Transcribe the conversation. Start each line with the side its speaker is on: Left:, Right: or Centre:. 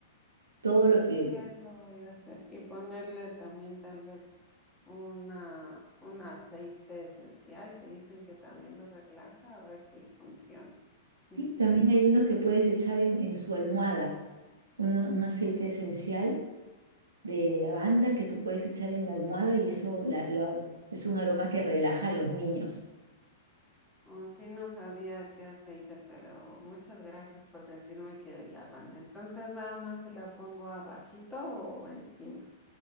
Right: Todo lo
Centre: Sí,
Right: que...
Centre: eso voy a hacer y ponerle también tal vez una, un aceite esencial que dicen que también lo relaja, a ver si funciona. Ujú.
Right: Sí, también hay unos que puedes echar en, en su almohada, uno- un aceite esencial de lavanda que tú puedes echar en la almohada y eso la- lo- es un aroma que relaja a los niños.
Centre: Oh, sí, no sabía qué aceite, pero muchas gracias por decirme que de lavanda. Entonces, nada más se la pongo abajito o encima.